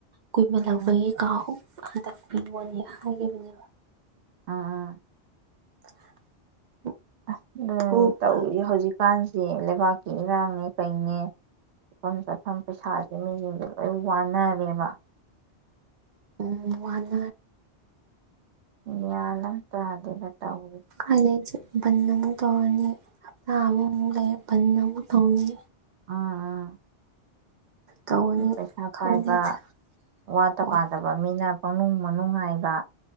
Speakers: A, on the right; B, on the right.
A: ꯀꯨꯏꯃꯥꯟꯂꯥꯛꯄꯒꯤ
B: ꯎꯝ
A: ꯀꯥꯑꯣꯕ ꯍꯟꯗꯛ ꯄꯤꯌꯣ <unintelligible> ꯍꯥꯏꯒꯤꯕꯅꯦꯕ
B: ꯎꯝ ꯎꯝ
A: <inaudible>
B: ꯑꯗꯨꯝ
A: ꯐꯨꯅ
B: ꯇꯧꯏ ꯍꯧꯖꯤꯛꯀꯥꯟ ꯁꯤ ꯂꯩꯕꯥꯛꯀꯤ ꯏꯔꯥꯡꯅꯦ ꯀꯩꯅꯦ ꯃꯐꯝ ꯆꯥꯐꯝ ꯄꯩꯁꯥꯁꯦ ꯃꯤ ꯌꯦꯡ <unintelligible> <unintelligible> ꯋꯥꯟꯅꯔꯦꯕ
A: <unintelligible>
B: <unintelligible> <unintelligible>
A: ꯀꯥꯏꯗꯩ ꯕꯟ ꯑꯃꯨ ꯇꯧꯔꯅꯤ ꯍꯞꯇꯃꯨꯛ <unintelligible> ꯇꯧꯅꯤ
B: ꯑꯥ ꯑꯥ
A: ꯇꯧꯔꯅꯤ
B: ꯄꯩꯁꯥ
A: ꯈꯪꯗꯦꯗ
B: ꯄꯥꯏꯕ ꯋꯥꯠꯇ
A: ꯍꯣꯏ
B: ꯄꯥꯗꯕ ꯃꯤꯅ ꯃꯅꯨꯡ ꯃꯅꯨꯡꯍꯥꯏꯕ